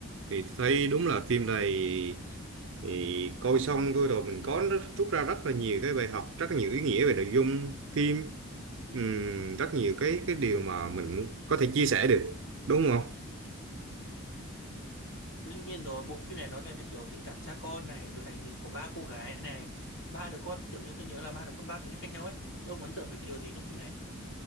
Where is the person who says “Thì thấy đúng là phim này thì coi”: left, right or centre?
Right